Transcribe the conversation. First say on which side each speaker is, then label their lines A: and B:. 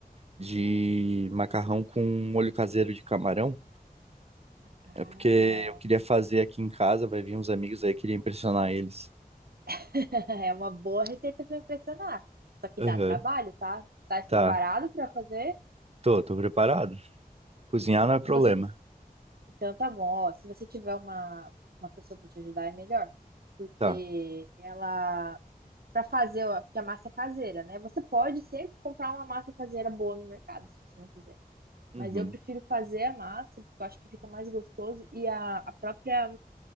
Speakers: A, on the right; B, on the right.
A: de macarrão com molho caseiro de camarão.
B: Ah,
A: É porque eu queria fazer aqui em casa, vai vir uns amigos aí, queria impressionar eles.
B: <laughs> é uma boa receita para impressionar. Só que
A: Aham.
B: dá trabalho, tá? Tá preparado
A: Tá,
B: para fazer?
A: tô, tô preparado. Cozinhar não é problema.
B: Se você, então tá bom, ó, se você tiver uma, uma pessoa para te ajudar é melhor, porque
A: Tá.
B: ela para fazer, ó, porque a massa é caseira, né? Você pode sempre comprar uma massa caseira boa no mercado, se você não quiser.
A: Uhum.
B: Mas eu prefiro fazer a massa, porque eu acho que fica mais gostoso e a, a própria